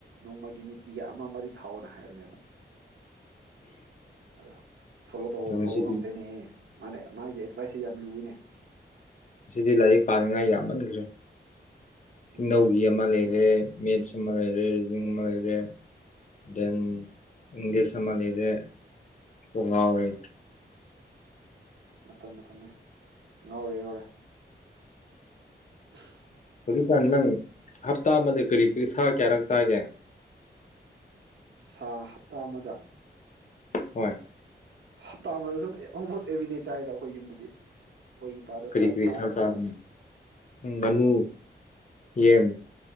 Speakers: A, on the right; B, on the left.
A: ꯅꯣꯡꯃꯒꯤ ꯅꯤꯇꯤꯒꯤ ꯑꯃ ꯑꯃꯗꯤ ꯊꯥꯎꯅ ꯍꯥꯏꯕꯅꯦꯕ ꯑꯗꯣ ꯐꯣꯂꯣ ꯇꯧ
B: ꯉꯁꯤꯗꯤ
A: ꯇꯧꯕ ꯉꯝꯗꯦꯅꯦꯍꯦ ꯃꯥꯅꯦ ꯃꯥꯒꯤ ꯑꯦꯗꯚꯥꯏꯁꯁꯦ ꯌꯥꯝ ꯂꯨꯋꯦꯅꯦ
B: ꯑꯁꯤꯗꯤ ꯂꯥꯏꯔꯤꯛ ꯄꯥꯅꯤꯡꯉꯥꯏ ꯌꯥꯝ ꯌꯥꯝꯃꯟꯈ꯭ꯔꯦ
A: ꯎꯝ
B: ꯏꯅꯧꯒꯤ ꯑꯃ ꯂꯩꯔꯦ ꯃꯦꯠꯁ ꯑꯃ ꯂꯩꯔꯦ ꯔꯤꯖꯅꯤꯡ ꯑꯃ ꯂꯩꯔꯦ ꯗꯦꯟ ꯏꯪꯂꯤꯁ ꯑꯃ ꯂꯩꯔꯦ ꯀꯣꯛ ꯉꯥꯎꯔꯦ
A: ꯃꯇꯝ ꯃꯇꯝꯅꯦ ꯉꯥꯎꯔꯦ ꯉꯥꯎꯔꯦ <inaudible>
B: ꯍꯧꯖꯤꯛꯀꯥꯟ ꯅꯪ ꯍꯞꯇꯥ ꯑꯃꯗ ꯀꯔꯤ ꯀꯔꯤ ꯁꯥ ꯀꯌꯥꯔꯛ ꯆꯥꯒꯦ
A: ꯁꯥ ꯍꯞꯇꯥ ꯑꯃꯗ
B: ꯍꯣꯏ
A: ꯍꯞꯇꯥ ꯑꯝꯃꯥꯗ ꯁꯨꯝ ꯑꯣꯜꯃꯣꯁ ꯑꯦꯕ꯭ꯔꯤꯗꯦ ꯆꯥꯏꯗ ꯑꯩꯈꯣꯏ ꯌꯨꯝꯗꯗꯤ ꯑꯩꯈꯣꯏ ꯏꯄꯥꯗꯣ
B: ꯀꯔꯤ
A: ꯈꯔ
B: ꯀꯔꯤ
A: ꯁꯥ
B: ꯁ
A: ꯌꯥꯝ
B: ꯆꯥꯕꯅꯣ
A: ꯄꯥꯝꯃꯦꯕ
B: ꯉꯥꯅꯨ ꯌꯦꯟ